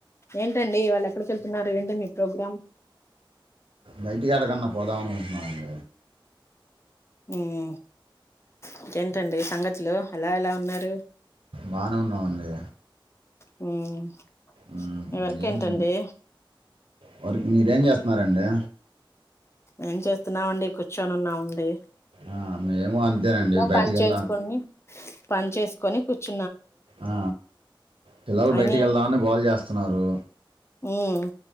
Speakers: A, on the left (about 30°); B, on the right (about 85°).
A: ఏంటండి ఇవళ్ళ ఎక్కడికి వెళ్తున్నారు ఏంటి మీ ప్రోగ్రామ్
B: బయటికెడికన్నా పోదామనుకుంటున్నామండి
A: మ్మ్ ఇంకేంటండి సంగతులు అలా ఎలా ఉన్నారు
B: బానే ఉన్నామండి
A: మ్మ్
B: మ్మ్
A: మీ వర్క్
B: ఏంజింగ్
A: ఏంటండి
B: వేర్ మీరేం చేస్ న్నారండి
A: ఏం చేస్తున్నామండి కూర్చొని ఉన్నామండి
B: ఆ మేము అంతేనండి
A: ఇంట్లో
B: బయటకి
A: పని
B: వెళ్దాం
A: చేసుకొని పని చేసుకొని కూర్చు
B: ఆ పిల్లలు
A: అయినా
B: బయటికి వెళ్దామని గోళ చేస్తున్నారు
A: మ్మ్